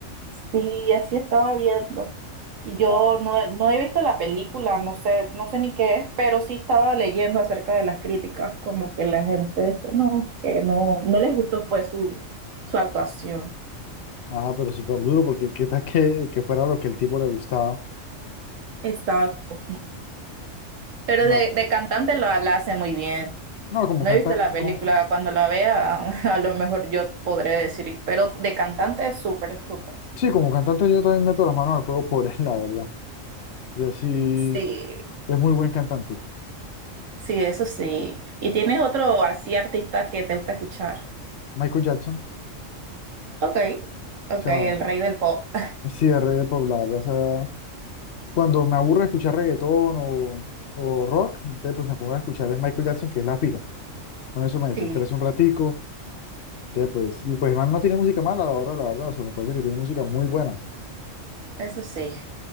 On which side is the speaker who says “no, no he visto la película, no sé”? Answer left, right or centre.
Right